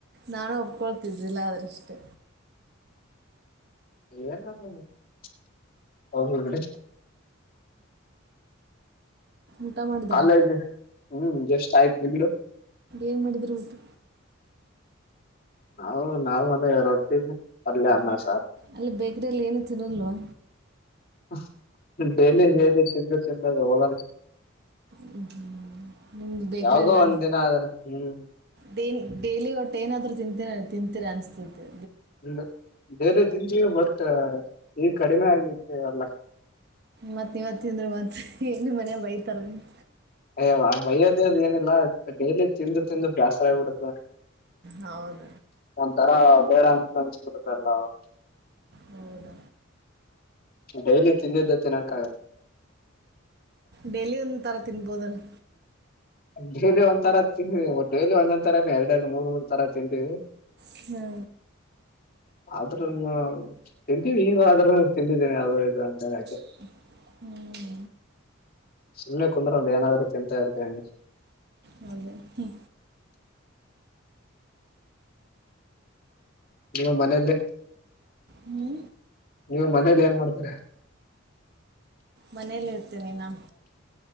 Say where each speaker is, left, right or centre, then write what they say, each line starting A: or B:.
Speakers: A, on the right (about 55°); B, on the left (about 45°).
A: ನಾನು ಒಪ್ಕೊಳ್ತಿದ್ದಿಲ್ಲಾ ಅದ್ರಷ್ಟೇ
B: ಏನನ್ನು <unintelligible> ಹೋಗ್ಲಿ ಬಿಡಿ.
A: ಊಟ ಮಾಡಿದ್ರಾ
B: ಕಾಲೇಜ್ <unintelligible> ಹ್ಮ್ ಜಸ್ಟ್ ಆಯ್ತ್ ನಿಮ್ದು
A: ಏನ್ ಮಾಡಿದ್ರಿ ಉಟಕ್
B: ನಾವು ನಾವ ಅದ ರೊಟ್ಟಿ ದ ಪಲ್ಯ ಅನ್ನಾ ಸಾರ್.
A: ಅಲ್ಲಿ ಬೇಕ್ರಲ್ಲಿ ಏನು ತಿನ್ನೋಲ್ವಾ
B: ಹಾ ಡೈಲಿ ಡೈಲಿ ತಿಂದು ತಿಂದದೆ ಹೋಗಲ್ಲ
A: ಹ್ಮ್ ನಿಮ್ದ ಬೇಕ್ರೀ
B: ಯಾವಾಗೋ
A: ಎಲ್ಲ
B: ಒಂದ್ ದಿನ ಆದ್ರ ಹ್ಮ್
A: ಡೇ ಡೇಲಿ ಒಟ್ಟು ಏನಾದ್ರೂ ತಿಂತೀರಾ ತಿಂತೀರಾ ಅನ್ಸತೆತಿ
B: ಇಲ್ಲ ಬರೆ ತಿಂತೀವಿ ಬಟ್ ಈ ಕಡಿಮೆ ಆಗತಿ ಅಲ್ಲ
A: ಮತ್ತ ಇವತ್ತಿಂದ್ರ ಮತ್ ಎಲ್ಲಿ ಮನ್ಯಾಗ್ ಬೈತಾರ ಅಂತ್
B: ಹೆಯ್ ಎವ್ವಾ ಬೈಯೋದ ಅದ್ ಏನಿಲ್ಲ ಡೈಲಿ ತಿಂದು ತಿಂದು ಬ್ಯಾಸ್ರಾಗಿಬಿಡುತ್ತ
A: ಹೌದ
B: ಒಂತರಾ ಬೇಡಾ ಅಂತ ಅನ್ಸಿಬಿಡತ್ ಲ್ಲ
A: <inaudible> ಹೌದಾ
B: ಡೈಲಿ ತಿಂದಿದ್ದೆ ತಿನ್ನಾಕ್ಕಾಗಲ್ಲ
A: ಡೇಲಿ ಒಂದೊಂದಥರಾ ತಿನ್ಬೋದಲ್ಲಾ
B: ಡೈಲಿ ಒಂತರಾ ತಿನ್ ಡೈಲಿ ಒಂದೊಂದ್ ತರಾನೆ ಎರಡ್ ಎರಡು ಮೂರ್ ಮೂರ್ ತರಾ ತಿನ್ಂತಿವಿ
A: ಹಾ
B: ಆದ್ರೂನೂ ತಿಂತಿವಿ ಈಗ ಆದ್ರ ತಿಂದಿದ್ದೇನೆ ಅವ ಇದು ಅಂತೆಳಿ
A: <unintelligible> ಹ್ಮ್.
B: ಸುಮ್ಮನೆ ಕುಂದ್ರಲ್ದ ಏನಾದ್ರೂ ತಿಂತಾ ಇರ್ತವಿ ಹಂಗೆ
A: ಹೌದಾ ಹ್ಮ
B: ನಿವ್ ಮನೇಲ್ಲಿ
A: ಹ್ಮೂ
B: ನೀವು ಮನೇಲಿ ಏನ್ ಮಾಡ್ತಿರಾ <inaudible>
A: ಮನೇಲಿ ಇರ್ತೇನಿ ನಾ